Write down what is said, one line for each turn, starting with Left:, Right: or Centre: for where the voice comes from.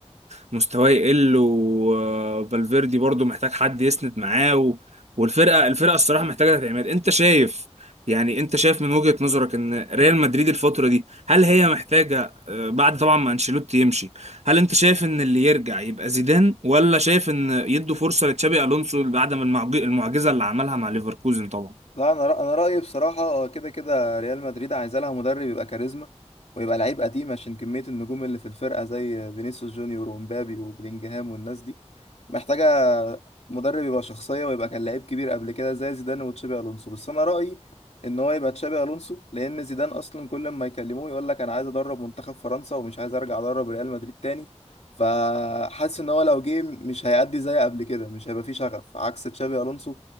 Right: مستواه يقل وفالفيردي برضو محتاج حد يسند معاه و- والفرقة الفرقة الصراحة محتاجة تدعيمات انت شايف يعني انت شايف من وجهة نظرك ان ريال مدريد الفترة دي هل هي محتاجة آه، بعد طبعا ما انشيلوتي يمشي هل انت شايف ان اللي يرجع يبقى زيدان ولا شايف ان يدوا فرصة لتشابي الونسو بعد ما المعج- المعجزة اللي عملها مع ليفركوزن طبعا
Left: لا انا رأ- انا رايي بصراحه كده كده ريال مدريد عايزه لها مدرب يبقى كاريزما ويبقى لعيب قديم عشان كميه النجوم اللي في الفرقه زي فينيسيوس جونيور ومبابي وبلينجهام والناس دي محتاجه مدرب يبقى شخصيه ويبقى كان لعيب كبير قبل كده زي زيدان وتشابي الونسو بس انا رايي ان هو يبقى تشابي الونسو لان زيدان اصلا كل ما يكلموه يقول لك انا عايز ادرب منتخب فرنسا ومش عايز ارجع ادرب ريال مدريد تاني فحاسس ان هو لو جه مش هيأدي زي قبل كده مش هيبقى فيه شغف عكس تشابي الونسو